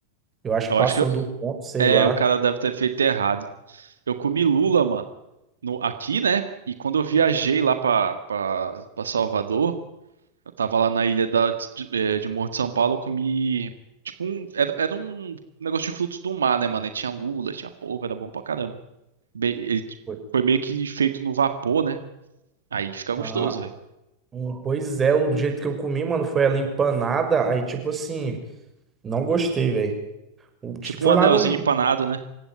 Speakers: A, on the right; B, on the right.
A: Eu acho
B: Eu
A: que passou
B: acho que eu-
A: do ponto, sei
B: é,
A: lá.
B: o cara deve ter feito errado. Eu comi lula, mano, no, aqui, né? E quando eu viajei lá pra, pra, pra Salvador. Eu tava lá na ilha da, de, eh, de Morro de São Paulo, eu comi. Tipo, um, era, era um negócio de frutos do mar, né, mano? E tinha lula, tinha polvo, era bom pra caramba. Bem, ele t-
A: Foi.
B: foi meio que feito no vapor, né? Aí fica gostoso,
A: Ah,
B: velho.
A: hum, pois é, o jeito que eu comi, mano, foi ela empanada. Aí, tipo assim, não gostei, velho.
B: Tipo
A: Foi
B: um anelzinho
A: lá no.
B: empanado, né?